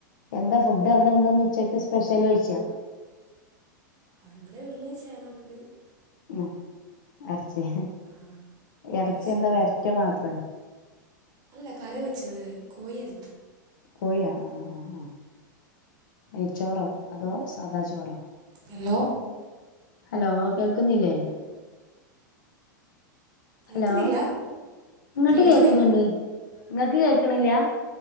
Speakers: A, on the left; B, on the right.
A: എന്താ ഫ് ഫുഡ് എന്താന്ന് ന്നു ച്ചക്ക് സ്പെഷ്യലോയ്‌ച്ചാ
B: അവിടെ ഇവിടെ വെള്ളിയാച്ചായ്തുകൊണ്ട്
A: ഉം എറച്ചിയ
B: ആ
A: എറച്ചി
B: ഇറച്ചി
A: എന്താ
B: ഉണ്ടാവും
A: വരറ്റ മാത്ര
B: അല്ല കറി വെച്ചത് കോയി അർത്ത്
A: കോഴിയാ ആ ആ ആ നെയച്ചോറോ അതോ സാദാ ചോറോ
B: ഹലോ
A: ഹലോ കേൾക്കുന്നില്ലേ
B: കേൾക്കുന്നില്ല
A: ഹലോ ഇങ്ങട്ട്
B: കേൾക്കുന്നില്ല
A: കേക്കുന്നുണ്ട് ഇങ്ങക്ക് കേക്ക്ണില്ല